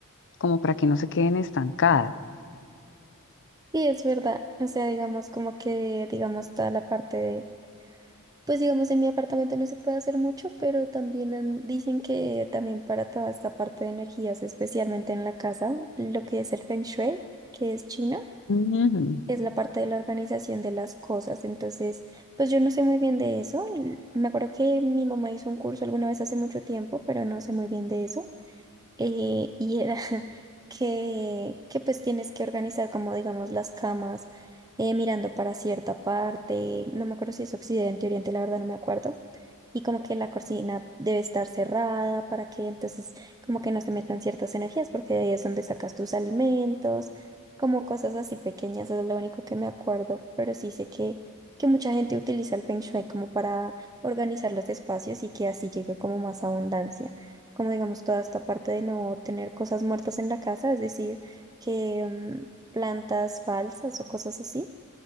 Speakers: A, on the left (about 55°); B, on the right (about 15°).
A: como para que no se queden estancadas.
B: Sí es verdad, o sea, digamos como que digamos toda la parte de Pues digamos, en mi apartamento no se puede hacer mucho, pero también han- dicen que también para toda esta parte de energías, especialmente en la casa, lo que es el Feng Shui, que es chino,
A: Ujú,
B: es la parte de la organización de las cosas. Entonces, pues yo no sé muy bien de eso. L- Me acuerdo que mi mamá hizo un curso alguna vez hace mucho tiempo, pero no sé muy bien de eso. Eh, y era <laughs> que, que pues tienes que organizar como digamos las camas, eh, mirando para cierta parte. No me acuerdo si es occidente, oriente, la verdad no me acuerdo y como que la cortina debe estar cerrada para que entonces como que no se metan ciertas energías porque de ahí es donde sacas tus alimentos, como cosas así pequeñas, eso es lo único que me acuerdo, pero sí sé que, que mucha gente utiliza el Feng Shui como para organizar los espacios y que así llegue como más abundancia, como digamos toda esta parte de no tener cosas muertas en la casa, es decir, que mm, plantas falsas o cosas así.